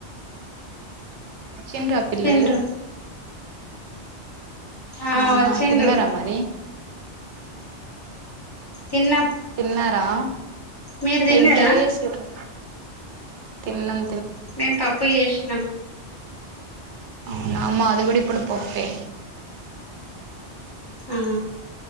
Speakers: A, on the right; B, on the left.
A: వచ్చిండ్రా పిల్లలు
B: తిండ్రు ఆ
A: అవునా
B: వచ్చిండ్రు
A: తిన్నారమ్మరి
B: తిన్నాం
A: తిన్నారా
B: మీరు తిన్నారా
A: ఎం కర్రీ చేసిండ్రు తినం
B: మేం పప్పు చేసినాం
A: అవునామ అది కూడాడి ఇప్పుడు పప్పే
B: ఆ